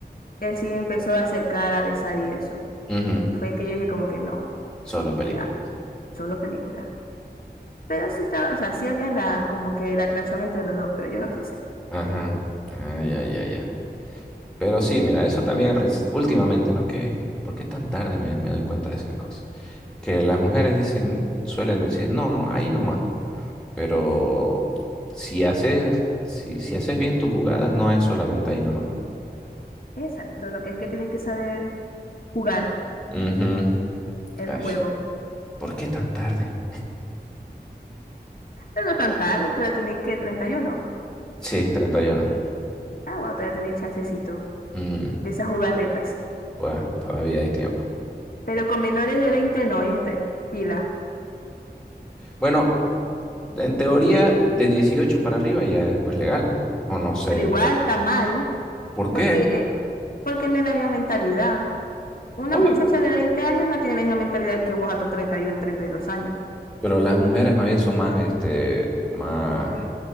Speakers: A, on the left; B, in the centre.
A: él sí me empezó a acercar, a besar y eso.
B: ujú.
A: Y fue que yo dije como que no,
B: Solo película.
A: ya, solo película. Pero sí estaba, o sea, sí había la, como que la atracción entre los dos, pero yo no quise.
B: Ajá. Ah, ya, ya, ya. Pero sí, mira, eso también res- últimamente, ¿no? Que, ¿por qué tan tarde me, me doy cuenta de esas cosas? Que las mujeres dicen, suelen decir, no, no, ahí nomás. Pero si haces, si, si haces bien tus jugadas, no es solamente ahí nomás.
A: Exacto, lo que es que tienen que saber jugar
B: Ujú.
A: el
B: Ay,
A: juego.
B: ¿por qué tan tarde?
A: Pero no tan tarde, todavía tenéis que treinta y uno
B: Sí, es 31.
A: Ah, bueno, todavía tenéis chancecito
B: Mm,
A: de esas jugarretas.
B: pues todavía hay tiempo.
A: Pero con menores de 20 no, este, pila.
B: Bueno, en teoría, de 18 para arriba ya es pues legal. O no sé.
A: Pero igual está mal,
B: ¿Por
A: porque,
B: qué?
A: eh, porque no es la misma mentalidad. Una
B: Obvio.
A: muchacha de 20 años no tiene la misma mentalidad que vos a tus treinta treinta y uno, treinta y dos años.
B: Pero las mujeres más bien son más, este, más,